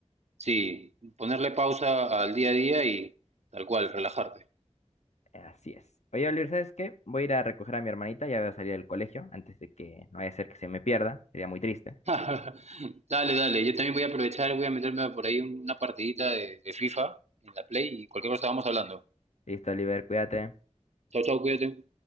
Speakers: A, on the right; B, on the left.
A: Sí, ponerle pausa al día a día y tal cual, relajarte.
B: Así es. Oye, Oliver, ¿sabes qué? Voy a ir a recoger a mi hermanita, ya voy a salir del colegio antes de que no vaya a ser que se me pierda. Sería muy triste.
A: <laughs> Dale, dale, yo también voy a aprovechar, voy a meterme por ahí una partidita de, de FIFA en la Play y cualquier cosa vamos hablando.
B: Listo, Oliver, cuídate.
A: Chau, chau, cuídate.